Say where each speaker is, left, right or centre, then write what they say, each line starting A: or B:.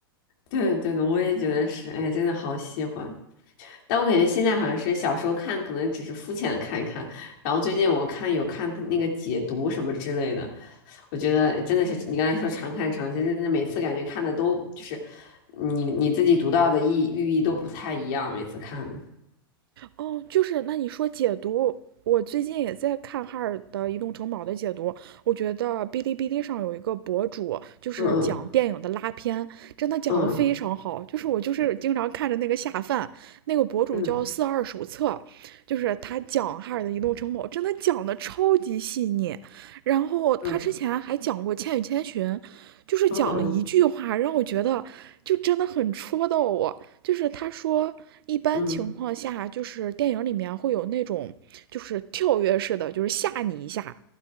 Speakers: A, on the left (about 55°); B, on the right (about 70°).
A: 对对的，我也觉得是，哎，真的好喜欢。但我感觉现在好像是小时候看，可能只是肤浅的看一看，然后最近我看有看他那个解读什么之类的，我觉得真的是你刚才说常看常新，真的每次感觉看的都就是你你自己读到的意寓意都不太一样，每次看。
B: 哦，就是那你说解读，我最近也在看哈尔的移动城堡的解读，我觉得哔哩哔哩上有一个博主，就是讲电影的拉片，
A: 嗯
B: 真的讲的非常好。
A: 嗯
B: 就是我就是经常看着那个下饭，那个博主叫四二手册，
A: 嗯
B: 就是他讲哈尔的移动城堡，真的讲的超级细腻。然后他之前还讲过《千与千寻》，
A: 嗯
B: 就是讲了一句话，
A: 嗯嗯
B: 让我觉得就真的很戳到我。就是他说，一般情况下，
A: 嗯
B: 就是电影里面会有那种就是跳跃式的，就是吓你一下。